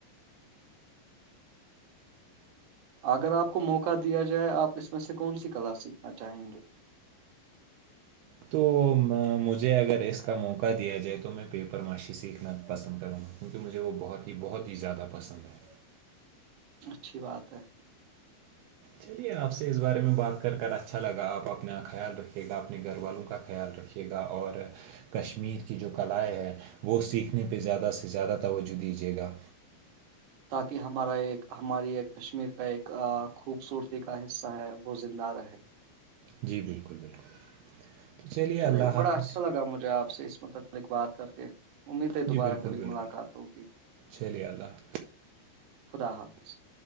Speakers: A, on the right; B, on the right.
A: اگر آپ کو موقع دیا جائے آپ اس میں سے کون سی کلا سیکھنا چاہیں گے
B: تو مجھے اگر اس کا موقع دیا جائے تو میں پیپر معاشی سیکھنا پسند کروں گا کیونکہ مجھے وہ بہت ہی بہت ہی زیادہ پسند ہے
A: اچھی بات ہے
B: چلیے آپ سے اس بارے میں بات کر کر اچھا لگا آپ اپنا خیال رکھیے گا اپنے گھر والوں کا خیال رکھیےا ے گا اور کشمیر کی جو کلائیں ہے وہ سیکھنے پہ زیادہ سے زیادہ توجہ دیجیے گا
A: تاکہ ہمارا ایک ہماری ایک کشمیر کا ایک خوبصورتی کا حصہ ہے وہ زندہ رہے
B: جی بالکل بالکل تو چلیے
A: چلے
B: اللہ
A: بڑا
B: حافظ
A: اچھا لگا مجھے آپ سے اس متعلق بات کر کے امید ہے
B: جی
A: دوبارہ
B: بالکل
A: کبھی
B: بالکل
A: ملاقات ہوگی
B: چلیے اللہ حافظ
A: خدا حافظ